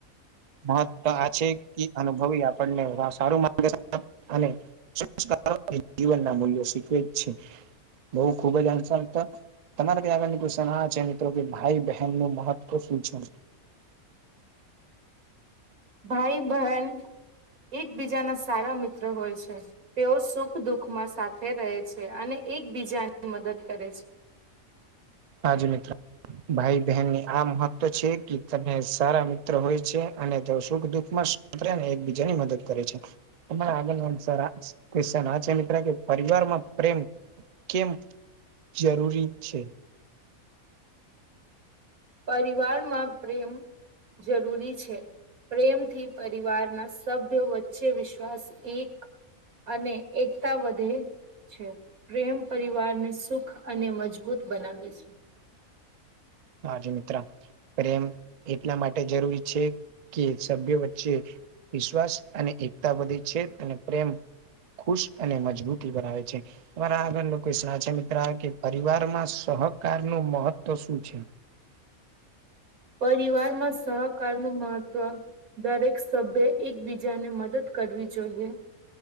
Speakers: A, on the right; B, on the right.
A: મહત્વ આ છે કી અનુ અનુભવ આપણને સારું <unintelligible> અને સંસ્કાર જીવનના મૂલ્યો શીખવે જ છે. બઉ ખુબ જ આંશ મિત્ર તમારા ત્યાં આગળની કોઈ આ છે મિત્રો કે ભાઈ બહેનનુ મહત્વ પ્રસિદ્ધ છે.
B: ભાઈ બહેન એકબીજાના સારા મિત્ર હોય છે. તેઓ સુખ દુઃખ માં સાથે રહે છે અને એકબીજાની મદદ કરે છે.
A: આ જો મિત્ર. ભાઈ બહેનની આ મહત્વ છે કે તમે સારા મિત્ર હોય છે અને તે સુખ દુખમાં પ્રેમ એકબીજા ની મદદ કરે છે. તમારા આગળનો સરા સ કે સાચી મિત્ર કે પરિવારમાં પ્રેમ કેમ જરૂરી છે.
B: પરિવારમાં પ્રેમ જરૂરી છે. પ્રેમથી પરિવારના સભ્યો વચ્ચે વિશ્વાસ એક અને એકતા વધે. છે પ્રેમ પરિવારને સુખ અને મજબૂત બનાવે છે.
A: હા જી મિત્ર પ્રેમ એટલા માટે જરૂરી છે કે સભ્યો વચ્ચે વિશ્વાસ અને એકતા વધે છે અને પ્રેમ ખુશ અને મજબૂતી બનાવે છે. તમારા આગળ લોકો સાચી મિત્ર કે પરિવારમાં સહકાર નું મહત્વ શું છે.
B: પરિવારમાં સહકારનું મહત્વ. દરેક સભ્ય એકબીજાને મદદ કરવી જોઈએ.